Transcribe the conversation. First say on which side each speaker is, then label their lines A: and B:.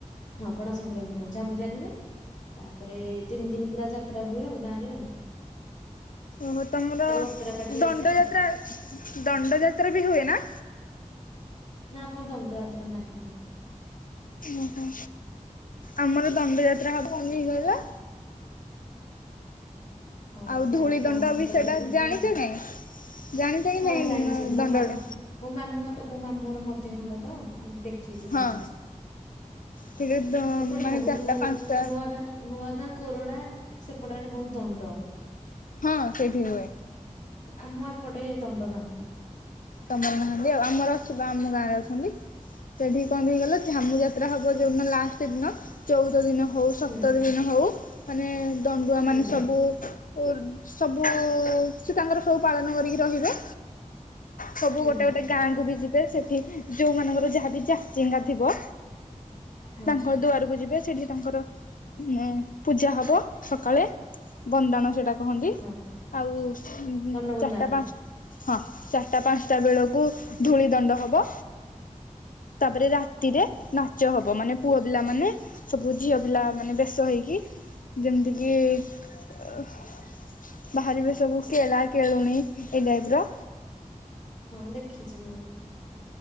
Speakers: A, on the left; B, on the left.
A: ହଁ ପଣ ସଂକ୍ରାନ୍ତିି ଝାମୁ ଚାଲିବେ ତାପରେ ତିନି ଦିନ ପୁରା ଯାତ୍ରା ହୁଏ ଆଉ ଗାଁରେ।
B: ଓହ ତମର
A: ଅପେରା ପାର୍ଟି
B: ଦଣ୍ଡ
A: ଆସେ
B: ଯାତ୍ରା ଦଣ୍ଡ ଯାତ୍ରା ବି ହୁଏ ନା।
A: ନା ଆମର ଦଣ୍ଡଯାତ୍ରା ନାହିଁ।
B: ଓହୋ ଆମର ଦଣ୍ଡଯାତ୍ରା ହବ ବନ ହେଇଗଲା।
A: ହଁ
B: ଆଉ
A: ସେ
B: ଧୂଳି
A: ଆମର
B: ଦଣ୍ଡ
A: ପଣ ସଂକ୍ରାନ୍ତି
B: ବି ସେଇଟା
A: ପୁବ୍ରାରେ।
B: ଜାଣିଛ କି ନାଇଁ? ଜାଣିଛ କି
A: ହଁ
B: ନାଇଁ
A: ଜାଣିଛି ମୋ
B: ଦଣ୍ଡଟା?
A: ମାଁମ ମୋ ମାମୁଁ ମୋ ମାମୁଁଘର ମଧ୍ୟ ଖଣ୍ଡ ତ ଦେଖ ଦେଖିଛି ଜାଣିଛି
B: ହଁ ସେଠି
A: ସେପଟେ
B: ମାନେ
A: ବହୁତ
B: ଚାରିଟା ପାଞ୍ଚଟା
A: ନୂଆ ଗାଁ ନୂଆ ଗାଁ କୋରଡା ସେପଟ ଆଡେ ବହୁତ ଦଣ୍ଡ।
B: ହଁ ସେଇଠି ହୁଏ।
A: ଆମ ଏପଟେ ଦଣ୍ଡ ନାହାନ୍ତି।
B: ତମର ନାହାନ୍ତି ଆଉ ଆମର ଅଛି ଆମ ଗାଁରେ ଅଛନ୍ତି। ସେଠିକି କଣ ହେଇଗଲା ଝାମୁ ଯାତ୍ରା ହବ ଯୋଉିନ ଲାଷ୍ଟ ଦିନ ଚଉଦ ଦିନ ହଉ ସତର
A: ହୁଁ
B: ଦିନ ହୋଉ ମାନେ ଦଣ୍ଡୁଆ ମାନେ
A: ହୁଁ
B: ସବୁ ଓ ସବୁ ସେ ତାଙ୍କର ସବୁ ପାଳନ କରିକି ରହିବେ। ସବୁ
A: ହୁଁ
B: ଗୋଟେ ଗୋଟେ ଗାଁ କୁ ବି ଯିବେ ସେଠି ଯୋଉ ମାନଙ୍କର ଯାଚେଙ୍ଗା ଥିବ
A: ହଁ
B: ତାଙ୍କ ଦୁଆରକୁ ଯିବେ ସେଠି ତାଙ୍କର ଉ ପୂଜା ହବ ସକାଳେ ବନ୍ଦାଣ ସେଟା କହନ୍ତି
A: ହଁ
B: ଆଉ ଚାରିଟା
A: ଦଣ୍ଡବନ୍ଦାଣ।
B: ପାଞ୍ଚଟା ହଁ। ଚାରିଟା ପାଞ୍ଚଟା ବେଳକୁ ଧୂଳି ଦଣ୍ଡ ହବ ତାପରେ ରା ରେ
A: ହୁଁ,
B: ନାଚ ହବ ମାନେ ପୁଅ ପିଲା ମାନେ ସବୁ ଝିଅ ପିଲା ମାନେ ବସ ହେଇକି ଯେମିତିକି ବାହାରିବେ ସବୁ କେଳା କେଳୁଣି ଏଇ ଟାଇପ ର
A: ହଁ ଦେଖିଛିଁ ବା ଆଉ।